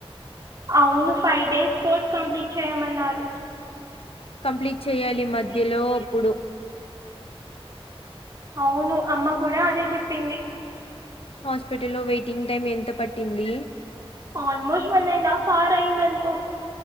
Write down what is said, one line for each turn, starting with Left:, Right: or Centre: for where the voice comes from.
Right: అవును ఫై డేస్ కోర్స్ కంప్లీట్ చేయమన్నారు
Left: కంప్లీట్ చెయాలి మధ్యలో అప్పుడు
Right: అవును అమ్మ కూడా అదే చెప్పింది
Left: హాస్పిటల్ లో వెయిటింగ్ టైం ఎంత పట్టిందీ
Right: almost one and half hour అయింది అన్కో